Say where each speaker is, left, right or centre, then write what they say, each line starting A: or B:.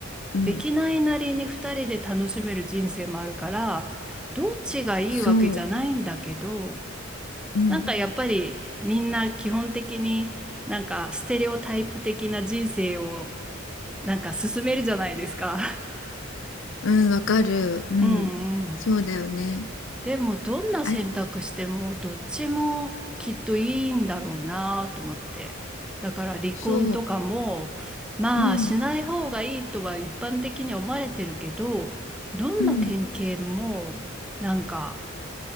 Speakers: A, on the left; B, in the centre.
A: うん。
B: できないなりに二人で楽しめる人生もあるから、どっちがいいわけじゃないんだけど、
A: そう。うん。
B: なんかやっぱりみんな基本的になんかステレオタイプ的な人生をなんか進めるじゃないですか。
A: うん、わかる。
B: <laughs>
A: うん。
B: うんうん。
A: そうだよね。
B: でもどんな選択してもどっちもきっといいんだろうなと思って。
A: あれ、
B: だから離婚とかもまあしない方がいいとは一般的には思われてるけど、
A: そう。うん。
B: どんな県警もなんか
A: うん。